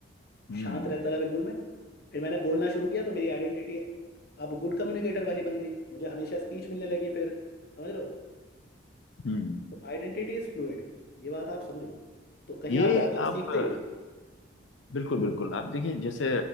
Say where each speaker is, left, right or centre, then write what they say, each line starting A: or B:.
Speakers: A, on the left; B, on the left.
A: हम्म,
B: शांत रहता था बिल्कुल मैं फिर मैंने बोलना शुरू किया तो मेरी आइडेंटिटी अब गुड कम्युनिकेटर वाली बन गई मुझे हमेशा स्पीच मिलने लगी फिर समझ रहे हो
A: हम्म।
B: तो आइडेंटिटी इज फ्लूइड ये बात आप समझो तो कहीं
A: ये
B: आप जाते हो तो
A: आप
B: सीखते
A: अ,
B: ही हो
A: बिल्कुल बिल्कुल आप देखिए जैसे